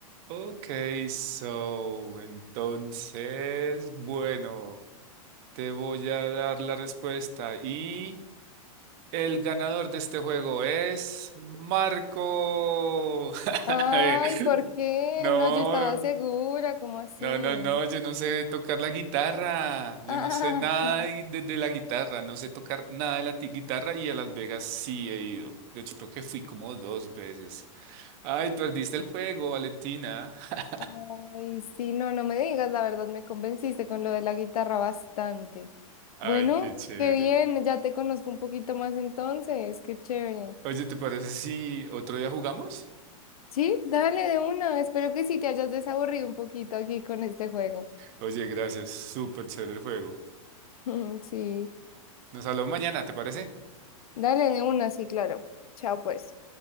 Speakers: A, on the right; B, on the left.
A: Ok, so, entonces, bueno, te voy a dar la respuesta y el ganador de este juego es Marco.
B: Ay,
A: <laughs>
B: ¿por qué?
A: No.
B: No, yo estaba segura, ¿cómo así?
A: No, no, no, yo no sé tocar la guitarra, yo
B: <laughs>
A: no sé nada de, de- de la guitarra, no sé tocar nada de la ti- guitarra y a Las Vegas sí he ido. De hecho, creo que fui como dos veces. Ay, perdiste el juego, Valentina. <laughs>
B: Ay, sí, no, no me digas, la verdad me convenciste con lo de la guitarra bastante.
A: Ay,
B: Bueno,
A: qué chévere.
B: qué bien, ya te conozco un poquito más entonces, qué chévere.
A: Oye, ¿te parece si otro día jugamos?
B: Sí, dale de una, espero que sí te hayas desaburrido un poquito aquí con este juego.
A: Oye, gracias, súper chévere el juego.
B: <laughs> Sí,
A: Nos hablamos mañana, ¿te parece?
B: dale de una, sí, claro. Chao, pues.